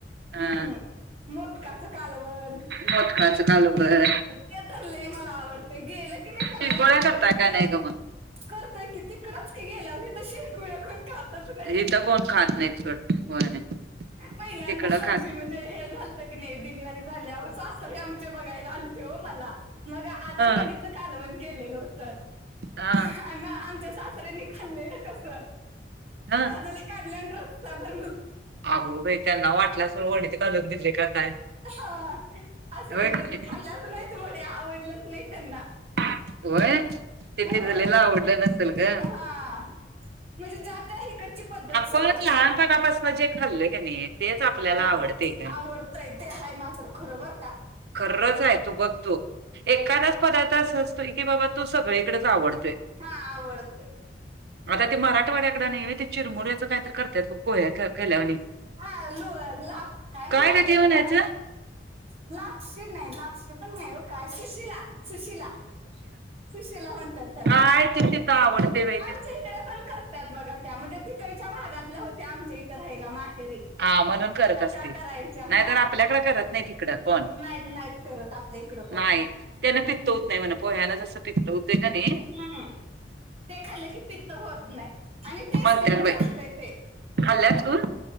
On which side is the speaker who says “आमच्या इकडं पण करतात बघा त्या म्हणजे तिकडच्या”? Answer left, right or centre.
Right